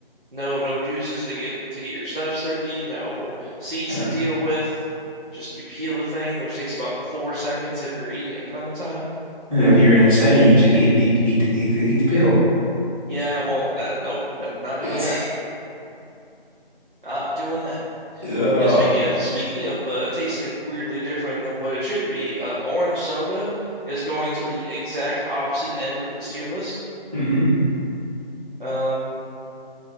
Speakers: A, on the right; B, on the right.
A: no no juices to get to get your stuff sticky, no seeds
B: Uh,
A: to deal with. Just you peel the thing, which takes about four seconds if you're eating a clementine.
B: and if you're insane, you just eat it, eat, eat the, eat the, eat the pill.
A: Yeah, I won't. That nope, I'm not doing
B: <laughs>
A: that. Not doing that.
B: Uh,
A: You know, speaking of speaking of uh, tasting weirdly different than what it should be, uh, orange soda is going to the exact opposite end of this tier list.
B: mhm.
A: Um,